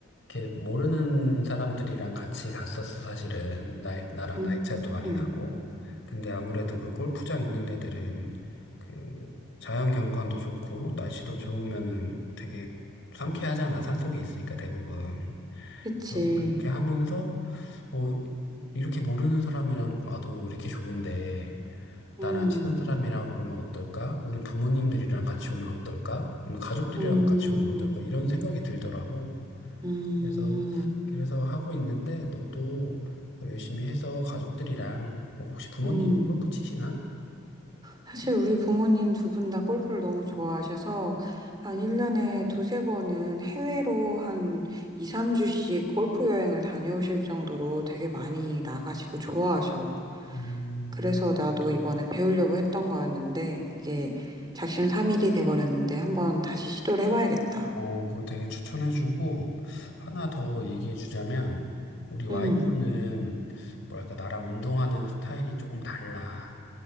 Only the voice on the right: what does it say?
음,
그치.
음,
음,
음,
음.
사실 우리 부모님 두 분 다 골프를 너무 좋아하셔서 한 1년에 두세 번은 해외로 한 2, 3주씩 골프 여행을 다녀오실 정도로 되게 많이 나가시고 좋아하셔.
그래서 나도 이번에 배우려고 했던 거였는데 이게 작심삼일이 돼버렸는데 한번 다시 시도를 해봐야겠다.
음,